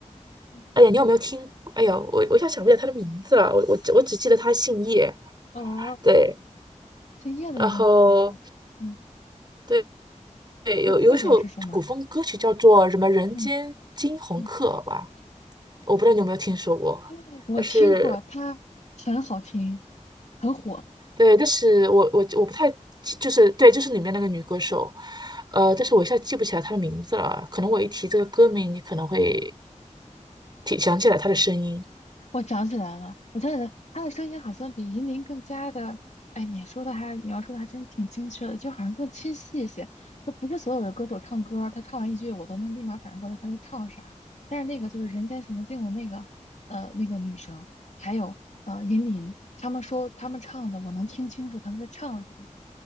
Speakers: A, on the left; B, on the right.
A: 叶
B: 哎呀，你有没有听？哎呀，我我一下想不起来他的名字了，
A: 嗯
B: 我我只我只记得他姓叶，
A: 哦，
B: 对。
A: 姓叶的一个女歌手，
B: 然后
A: 嗯，
B: 对，对有有一首古风歌曲叫做什么《人间惊鸿客》吧，
A: 她的特点是什么？嗯嗯，
B: 我不知道你有没有听说过，
A: <laughs> 我听过，
B: 但是
A: 她很好听，很火。
B: 对，但是我我我不太记就是对，就是里面那个女歌手，呃，但是我一下记不起来她的名字了，可能我一提这个歌名，你可能会提想起来她的声音。
A: 我想起来了，我想起来，他的声音好像比银临更加的，哎，你说的还描述的还真挺精确的，就好像更清晰一些。就不是所有的歌手唱歌，他唱完一句我都能立马反应过来他在唱啥。但是那个就是《人间什么境》的那个，呃，那个女生，还有呃银临，他们说他们唱的，我能听清楚他们在唱什么，